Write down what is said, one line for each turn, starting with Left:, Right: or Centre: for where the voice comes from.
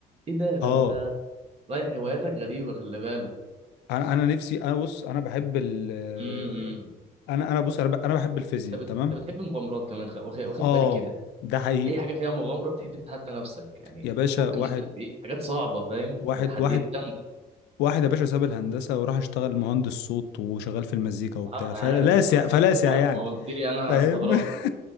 Right: إيه ده ده
Left: اه
Right: أنت رايح هواياتك غريبة خلي بالك
Left: انا انا نفسي انا بص انا بحب ال آه،
Right: امم
Left: انا انا بص انا ب- انا بحب الفيزياء
Right: أنت
Left: تمام
Right: بت- أنت بتحب المغامرات كمان خ- واخد واخد
Left: اه
Right: بالي كده
Left: ده حقيقي
Right: اي حاجه فيها مغامره بتحب تتحدى نفسك يعني
Left: يا باشا
Right: تفك
Left: واحد
Right: مش عارف ايه حاجات صعبه فاهم
Left: واحد
Right: ده تحديات
Left: واحد
Right: جامده
Left: واحد يا باشا ساب الهندسه وراح اشتغل مهندس صوت وشغال في المزيكا وبتاع
Right: اه انا
Left: فلاسع
Right: عارف انت اصلا
Left: فلاسع
Right: وقت
Left: يعني
Right: ما قلت لي انا
Left: فاهم
Right: استغربت
Left: <laughs>